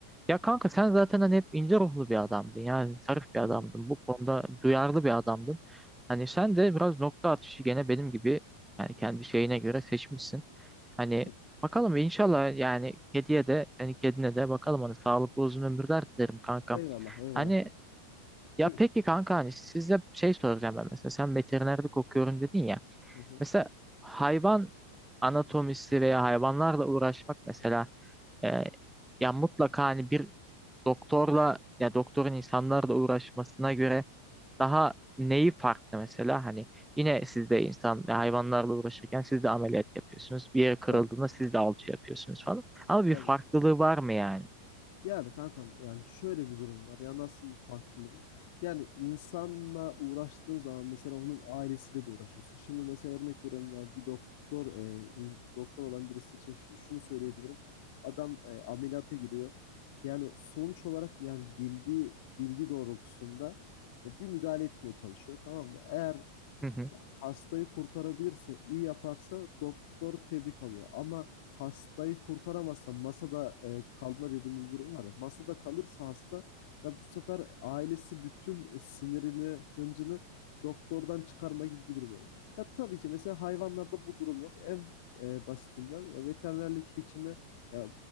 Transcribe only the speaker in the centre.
Ya kanka sen zaten hani hep ince ruhlu bir adamdın. Yani zarif bir
adamdın. Bu konuda duyarlı bir adamdın. Hani sen de biraz nokta atışı gene benim gibi yani kendi şeyine göre seçmişsin. Hani
bakalım inşallah yani kediye de senin kedine de bakalım hani sağlıklı uzun ömürler dilerim kankam.
Hani
ya
peki kanka hani sizde şey soracağım ben mesela sen veterinerlik okuyorum dedin ya.
Mesela hayvan anatomisi veya hayvanlarla uğraşmak mesela e, ya mutlaka hani bir doktorla ya doktorun insanlarla uğraşmasına göre daha neyi farklı mesela hani yine siz de insan ve hayvanlarla uğraşırken siz de ameliyat yapıyorsunuz. Bir yere kırıldığında
siz de alçı yapıyorsunuz falan. Ama bir
farklılığı
var mı yani?
Hı hı.